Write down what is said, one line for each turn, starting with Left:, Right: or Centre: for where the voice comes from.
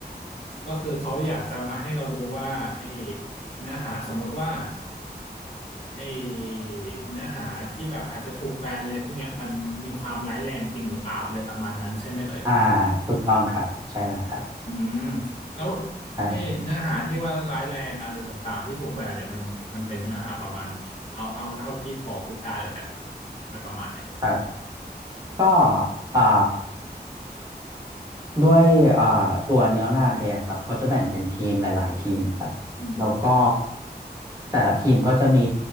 Left: ก็คือเขาอยากจะมาให้เราดูว่าไอ้เนื้อหาสมมติว่าไอ้เนื้อหาที่แบบอาจจะถูกแบนเลยพวกเนี้ยมันมีความร้ายแรงจริงหรือเปล่าอะไรประมาณนั้นใช่ไหมเอ่ย
Right: อ่าถูกต้องครับใช่แล้วครับ
Left: อืมแล้ว
Right: ครับ
Left: เอ๊ะเนื้อหาที่ว่าร้ายแรงอะไรต่างๆที่ถูกแบนเนี่ยมันมันเป็นเนื้อหาประมาณไหนเอาเอาเท่าที่พอพูดได้แล้วกันมันประมาณไหน
Right: ครับก็อ่าด้วยอ่าตัวเนื้องานเองครับเขาจะแบ่งเป็นทีมหลายๆทีมครับแล้วก็
Left: อืม
Right: แต่ละทีมก็จะมี